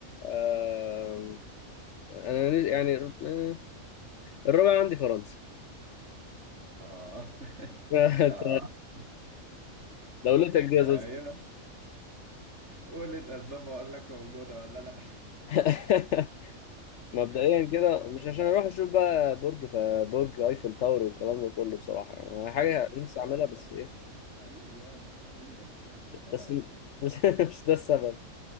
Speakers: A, on the left; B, on the right.
A: آه... انا نز- يعني آه، الرابع عندي فرنسا
B: اه <laughs>
A: <laughs> انت
B: اه <laughs>
A: دولتك دي
B: ايوه
A: يا زوز
B: قول الاسباب واقول لك موجودة ولا لا
A: <laughs> مبدئيا
B: <laughs>
A: كده
B: كده
A: مش
B: انا
A: عشان
B: هحدد
A: اروح اشوف بقى برج برج ايفل تاور والكلام ده كله بصراحه يعني انا حاجه
B: برج ايفل
A: نفسي
B: يا
A: اعملها
B: اسطى
A: بس
B: هو
A: ايه
B: ح- حديد يعني حديدة فمش فارقة
A: بس
B: كتير
A: مش <laughs> مش ده السبب